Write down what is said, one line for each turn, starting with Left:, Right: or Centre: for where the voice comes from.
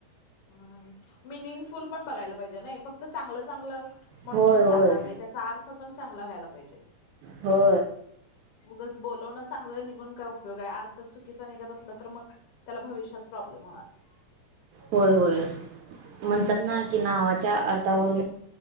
Left: हम् मिनिंगफुल पण बघायला पाहिजे ना फक्त तर चांगलं चांगलं म्हणून
Right: होय
Left: पण
Right: होय
Left: चालणार नाही त्याचा अर्थ पण चांगला व्हायला पाहिजे
Right: हो
Left: मगच बवणं चांगलं निघून काय उपयोग आहे आर्थ चुकीचा निघत असला तर मग त्याला भविष्यात प्र म्हणार
Right: होय होय म्हणतात ना कि नावाच्या अर्थावरून